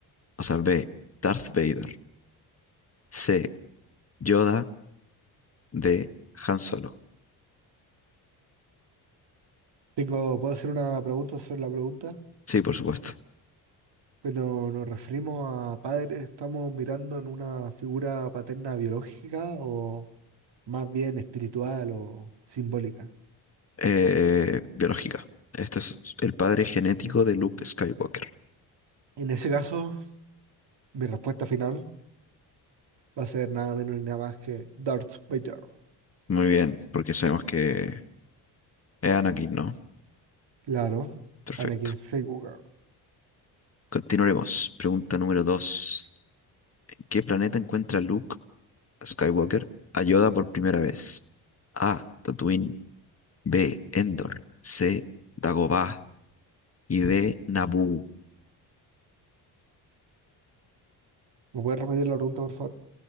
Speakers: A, on the left; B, on the right.
A: O sea, B. Darth Vader. C. Yoda. D. Han Solo.
B: Tengo, ¿puedo hacer una pregunta sobre la pregunta?
A: Sí, por supuesto.
B: Cuando nos referimos a padre, estamos mirando en una figura paterna biológica o más bien espiritual o simbólica.
A: Eh, biológica. Esto es el padre genético de Luke Skywalker.
B: En ese caso, mi respuesta final va a ser nada menos ni nada más que Darth Vader.
A: Muy bien, porque sabemos que es Anakin, ¿no?
B: Claro,
A: Perfecto.
B: Anakin Skywalker.
A: Continuaremos. Pregunta número 2. ¿En qué planeta encuentra Luke Skywalker a Yoda por primera vez? A. Tatooine. B. Endor. C. Dagobah. Y D. Naboo.
B: ¿Me puedes repetir la pregunta, por favor?